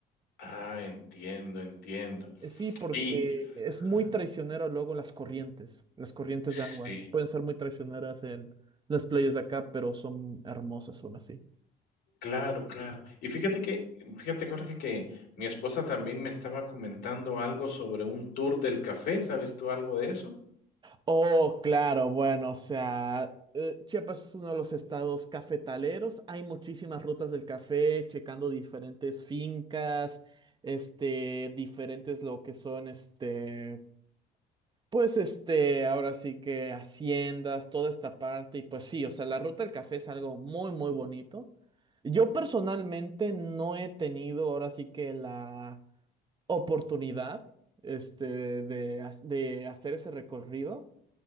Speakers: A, on the left (about 75°); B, on the right (about 25°).
A: Ah, entiendo, entiendo.
B: Eh, Sí, porque
A: Y
B: es muy
A: ajá,
B: traicionero luego las corrientes, las corrientes
A: sí,
B: de agua. Pueden ser muy traicioneras en las playas de acá, pero son hermosas aún así.
A: claro, claro. Y fíjate que fíjate, Jorge, que mi esposa también me estaba comentando algo sobre un tour del café, ¿sabes tú algo de eso?
B: Oh, claro, bueno, o sea, eh, Chiapas es uno de los estados cafetaleros. Hay muchísimas rutas del café, checando diferentes fincas, este, diferentes lo que son, este, Pues este, ahora sí que haciendas, toda esta parte, y pues sí, o sea, la ruta del café es algo muy, muy bonito. Yo personalmente no he tenido ahora sí que la oportunidad, este, de, ha- de hacer ese recorrido,